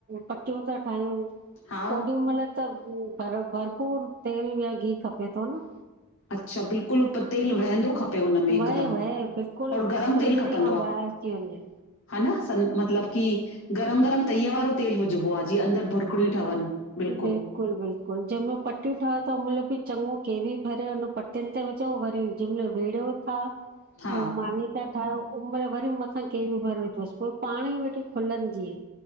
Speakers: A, on the right; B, on the left.
A: पटियूं था ठायूं
B: हा
A: ओॾी मइल त भरपूर तेल या घी खपे थो न।
B: अच्छा बिल्कुलु उप तेल वहंदो खपे पे उनमे हिकदमि,
A: वहे वहे बिल्कुलु
B: और गरम
A: संदली
B: तेल खपंदो
A: खां
B: आ?
A: ॿाहिरि अची वञे
B: हन सन मतलब की गरम-गरम तईअ वारो तेल विझॿो आ जीअं अंदरि भुरकड़ियूं ठवनि। बिल्कुलु
A: बिल्कुलु-बिल्कुलु जंहिं महिल पटियूं ठाहियो त उंहिंमहिल ॿि चञो केवी भरे हुन पटियुनि ते विॼो वरी ॼेमल वेड़ियो था
B: हा
A: मानी त ठाहियो उ महिल वरी मथां केवी भर विझोसि पोइ पाण ई वेठी खुलंदी।